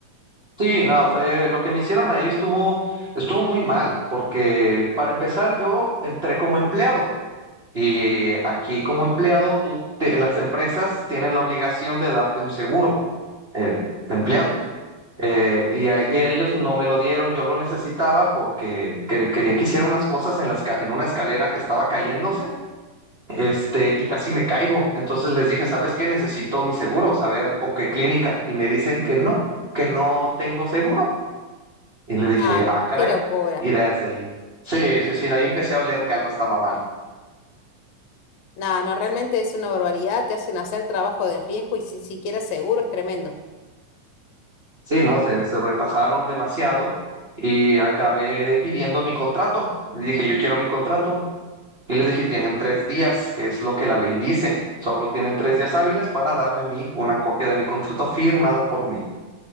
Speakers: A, on the right; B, on the left.
A: Sí, no, fue lo que me hicieron ahí estuvo, estuvo muy mal, porque para empezar yo entré como empleado y aquí como empleado tú te- las empresas tienen la obligación de darte un seguro eh, de empleado. Eh, y, a- y ellos no me lo dieron, yo lo necesitaba porque quer- querían que hiciera unas cosas en la esca- en una escalera que estaba cayéndose Este, y casi me caigo. Entonces les dije, ¿sabes qué? Necesito mi seguro, saber o qué clínica. Y me dicen que no, que no tengo seguro. Y le dije,
B: Ah,
A: ah, caray.
B: qué locura.
A: Y desde ahí. Sí, sí, sí, de ahí empecé a oler que algo estaba mal.
B: No, no, realmente es una barbaridad, te hacen hacer trabajo de riesgo y sin siquiera seguro, es tremendo.
A: Sí, no, se sobrepasaron demasiado y acabé pidiendo mi contrato. Le dije, yo quiero mi contrato. Y les dije, tienen tres días, que es lo que la ley dice. Solo tienen tres días hábiles para darme a mí una copia de mi contrato firmada por mí.